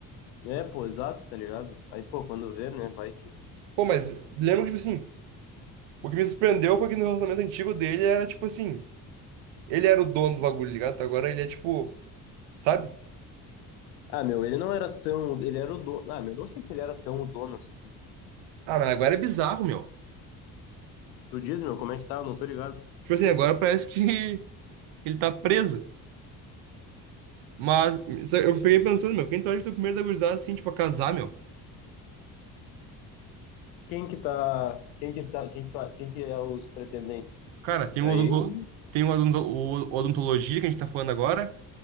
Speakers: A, on the left (about 80°); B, on the right (about 65°).
A: É, pô, exato, tá ligado? Aí, pô, quando vê, né, vai que...
B: Pô, mas lembro que, tipo assim, o que me surpreendeu foi que no relacionamento antigo dele era, tipo assim, ele era o dono do bagulho, tá ligado? Agora ele é, tipo, sabe?
A: Ah, meu, ele não era tão, ele era o dono, ah, meu, não sei se ele era tão o dono assim.
B: Ah, mas agora é bizarro, meu.
A: Tu diz, meu, como é que tá? Eu não tô ligado.
B: Tipo assim, agora parece que <laughs> ele tá preso. Mas sa- eu peguei pensando, meu, quem torce pro primeiro da gurizada, assim, tipo, a casar, meu?
A: Quem que tá, quem que tá, quem que tá, quem que é os pretendentes?
B: Cara, tem
A: É
B: o odonto...
A: ele,
B: tem o odonto... o odontologia que a gente tá falando agora,